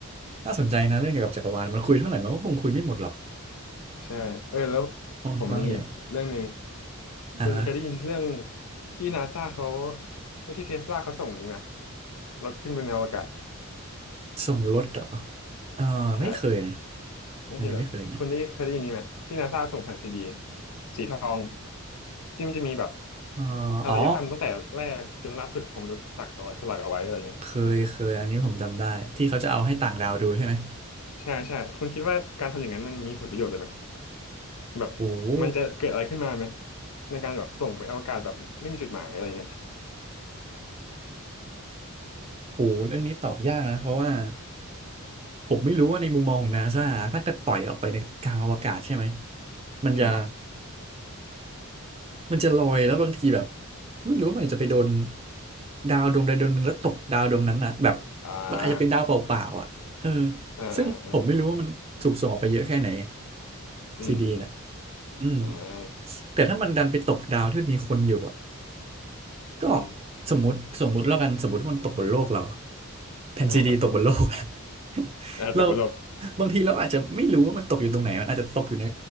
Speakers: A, on the right; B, on the left.
A: น่าสนใจนะเรื่องเกี่ยวกับจักรวาลมันคุยเท่าไหร่มันก็คงคุยไม่หมดหรอก
B: ใช่เออแล้ว
A: เพราะมันกว้างใหญ่
B: ผมมีอีกเรื่องหนึ่ง
A: อ่าฮะ
B: คุณเคยได้ยินเรื่องที่นาซาเขาเอ้ยที่เทสลาเขาส่งนี่ไหมรถขึ้นบนอวกาศ
A: ส่งรถเหรอเออไม่เคยนะ
B: ใช่ไม่ใช่เหรอคุณได้เคยได้ยินนี้ไหมที่นาซาส่งแผ่นซีดี
A: อันนี้ไม่เคยนะ
B: สีทองที่มันจะมีแบบ
A: เอ๋ออ๋อ
B: อารยธรรมตั้งแต่แรกจนล่าสุดของมนุษย์ตักเอาไว้สลักเอาไว้อะไรเงี้ย
A: เคยเคยอันนี้ผมจำได้ ที่เขาจะเอาให้ต่างดาวดูใช่ไหม
B: ใช่ใช่คุณคิดว่าการทำอย่างนั้นมันมีผลประโยชน์เลยไหมแบบ
A: โอ้โห
B: มันจะเกิดอะไรขึ้นมาไหมในการแบบส่งไปอวกาศแบบไม่มีจุดหมายอะไรเงี้ย
A: โอ้โหเรื่องนี้ตอบยากนะ เพราะว่าผมไม่รู้ว่าในมุมมองของนาซาถ้าเกิดปล่อยออกไปในกลางอวกาศใช่ไหมมันจะ
B: อืม
A: มันจะลอยแล้วบางทีแบบไม่รู้ว่ามันอาจจะไปโดนดาวดวงใดดวงหนึ่งแล้วตกดาวดวงนั้นน่ะแบบ
B: อ่า
A: มันอาจจะเป็นดาวเปล่าๆอ่ะเออ
B: อ่าอ่า
A: ซึ่งผมไม่รู้ว่ามันถูกส่งออกไปเยอะแค่ไหน
B: อืมอืม
A: ซีดีน่ะอืม
B: อ่า
A: แต่ถ้ามันดันไปตกดาวที่มันมีคนอยู่อ่ะ ก็
B: อืม
A: สมมติสมมุติแล้วกันสมมติว่ามันตกบนโลกเราอะแผ่นซีดีตกบนโลกอะ
B: อ่าครับ
A: <laughs>
B: อ่าตึกบนโลก
A: เราบางทีเราอาจจะไม่รู้ว่ามันตกอยู่ตรงไหนมันอาจจะตกอยู่ใน